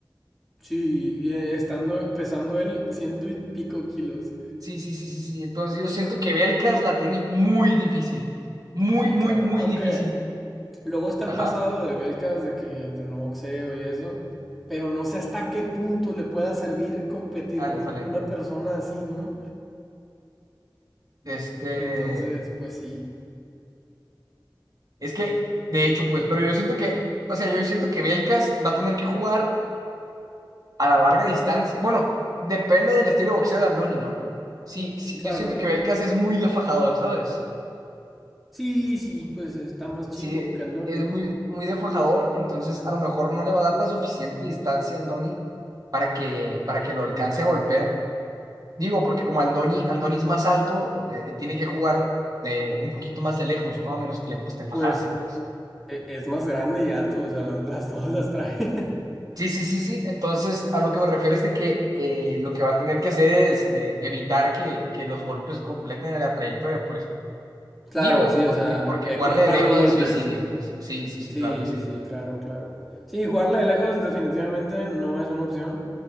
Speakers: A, in the centre; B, on the right.
A: sí, y, eh, estando pesando él ciento y pico kilos.
B: Sí, sí, sí, sí, sí. Entonces yo siento que Belkas la tiene muy difícil. Muy,
A: Sí,
B: muy,
A: claro.
B: muy
A: Aunque
B: difícil.
A: Luego está el
B: Ajá.
A: pasado de Belkas de que entrenó boxeo y eso, pero no sé hasta qué punto le pueda servir competir
B: Dale,
A: con
B: sale.
A: una persona así, ¿no?
B: Este.
A: Entonces, pues sí,
B: Es que, de hecho, pues, pero yo siento que, o sea, yo siento que Belkas va a tener que jugar a la larga distancia. Bueno, depende del estilo de boxeo de Andoni, ¿no? Sí, sí,
A: claro.
B: yo siento que Belkas es muy defajador, ¿sabes?
A: Sí, sí, pues está más chico
B: sí,
A: que Andoni.
B: es muy, muy de fajador, entonces a lo mejor no le va a dar la suficiente distancia a Andoni para que, para que lo alcance a golpear. Digo, porque como Andoni, Andoni es más alto, eh, eh, tiene que jugar eh, un poquito más de lejos, ¿no? A menos que le guste fajarse,
A: Pues
B: pues.
A: e- es más grande y alto, o sea, las, las dos las trae. <laughs>
B: Sí, sí, sí, sí. Entonces, a lo que me refiero es de que eh, lo que va a tener que hacer es eh, evitar que, que los golpes completen la trayectoria, pues.
A: Claro,
B: Digo,
A: sí,
B: porque,
A: o sea,
B: porque
A: eh,
B: jugarle
A: cortar
B: de lejos
A: los golpes.
B: es suicidio, pues. Sí, sí, sí,
A: Sí,
B: claro que sí.
A: sí, claro, claro. Sí, jugarle de lejos definitivamente no es una opción.